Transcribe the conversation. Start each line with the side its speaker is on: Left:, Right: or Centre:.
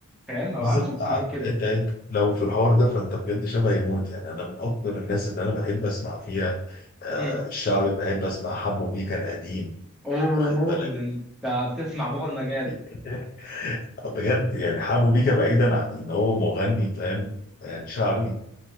Centre: فاهم ما بعملش
Left: بالظبط
Centre: اكتر
Left: ع-
Centre: من كده
Left: انت انت لو في الحوار ده فانت بجد شبه يموت يعني انا من اكتر الناس اللي انا بحب اسمع فيها آه
Centre: مم.
Left: الشعبي بحب اسمع حمو بيكا القديم
Centre: اوه
Left: واخد بالك
Centre: ده انت بتسمع بابا المجال
Left: <laughs> بجد يعني حمو بيكا بعيدا عن ان هو مغني فاهم يعني شعبي